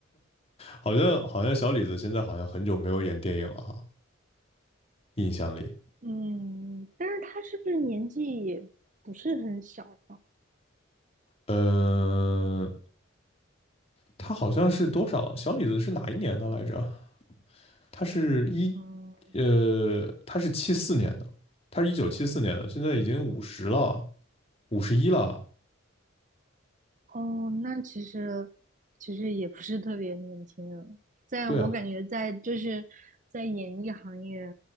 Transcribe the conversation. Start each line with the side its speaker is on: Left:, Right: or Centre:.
Left: 好像好像小李子现在好像很久没有演电影了哈，印象里，
Right: 嗯，但是他是不是年纪也不是很小啊？
Left: 呃，他好像是多少？小李子是哪一年的来着？他是一
Right: 嗯，
Left: 呃，他是七四年的，他是一九七四年的，现在已经五十了，五十一了。
Right: 哦，那其实其实也不是特别年轻人在我感觉在就是在演艺行业，
Left: 对啊，